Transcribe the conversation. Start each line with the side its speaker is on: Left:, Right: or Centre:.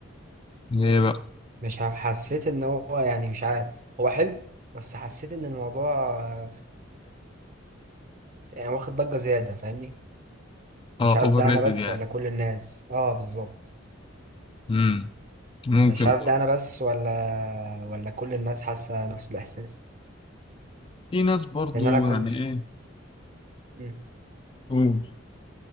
Left: اللي هي بقى
Right: مش عارف حسيت ان هو يعني مش عارف هو حلو بس حسيت ان الموضوع آه، يعني واخد ضجه زياده فاهمني
Left: اه
Right: مش عارف
Left: اوفر
Right: ده
Left: ريتد
Right: انا بس
Left: يعني
Right: ولا كل الناس اه بالظبط
Left: مم. ممكن
Right: مش عارف
Left: برضه.
Right: ده انا بس ولا ولا كل الناس حاسه نفس الاحساس
Left: في ناس برضو
Right: لان انا كنت
Left: يعني ايه
Right: مم.
Left: قول